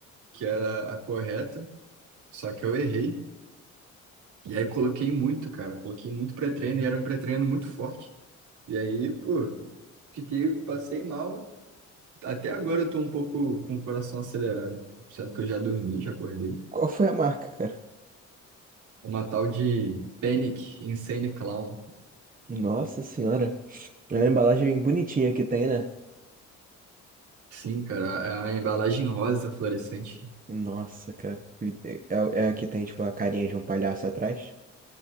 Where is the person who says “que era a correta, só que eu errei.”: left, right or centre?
Right